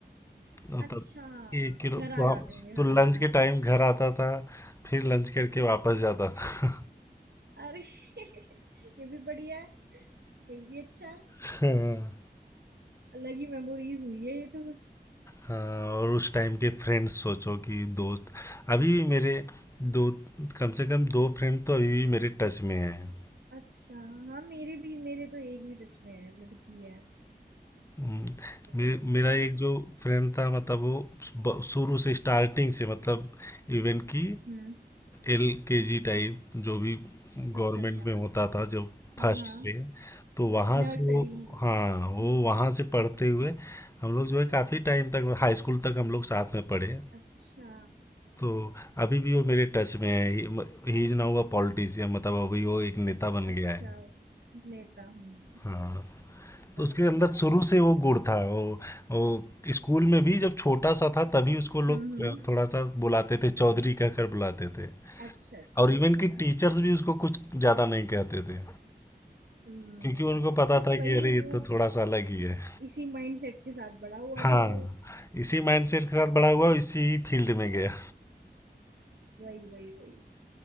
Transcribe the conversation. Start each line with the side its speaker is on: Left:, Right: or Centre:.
Left: तब
Right: अच्छा
Left: एक किलो
Right: घर आ
Left: तो
Right: जाते
Left: हम
Right: होंगे
Left: तो
Right: खाना
Left: लंच
Right: खाने
Left: के टाइम घर आता था फिर लंच करके वापस जाता था
Right: अरे <laughs> ये भी बढ़िया है ये भी अच्छा है
Left: हाँ
Right: अलग ही मेमोरीज हुई है ये तो कुछ
Left: हाँ, और उस टाइम के फ्रेंड्स सोचो कि दोस्त अभी भी मेरे दो कम से कम दो फ्रेंड तो अभी भी मेरे टच में हैं
Right: अच्छा हाँ मेरे भी मेरे तो एक ही टच में है लड़की है
Left: हम्म,
Right: वो तो कोई
Left: मे,
Right: नहीं
Left: मेरा
Right: है यार
Left: एक जो फ्रेंड था मतलब वो ब- शुरू से स्टार्टिंग से मतलब इवेंट की
Right: हम्म
Left: एल के जी टाइप जो भी गवर्नमेंट
Right: अच्छा अच्छा
Left: में होता था जो फर्स्ट
Right: हाँ हाँ
Left: से तो वहाँ
Right: नर्सरी
Left: से वो हाँ वो
Right: हम्म
Left: वहाँ से पढ़ते हुए हम लोग जो है काफ़ी टाइम तक हाई स्कूल तक हम लोग साथ में पढ़े
Right: अच्छा
Left: तो अभी भी वो मेरे टच में है He is now a politician मतलब अभी वो एक नेता बन
Right: अच्छा
Left: गया है
Right: नेता हूँ
Left: हाँ तो
Right: अच्छा
Left: उसके अंदर शुरू से वो गुण था वो वो स्कूल में भी जब छोटा सा था तभी उसको लोग
Right: हम्म हम्म
Left: अ, थोड़ा सा बुलाते थे चौधरी कहकर बुलाते थे
Right: अच्छा अच्छा
Left: और
Right: अच्छा
Left: इवन कि टीचर्स भी उसको कुछ ज्यादा नहीं कहते थे
Right: हम्म
Left: क्योंकि उनको पता
Right: बस
Left: था
Right: वही
Left: कि अरे ये
Right: वो
Left: तो थोड़ा सा अलग ही है
Right: इसी माइंडसेट के साथ बड़ा हुआ
Left: हाँ
Right: था वो
Left: इसी माइंडसेट के साथ
Right: हम्म,
Left: बड़ा हुआ इसी फील्ड में गया
Right: वही वही वही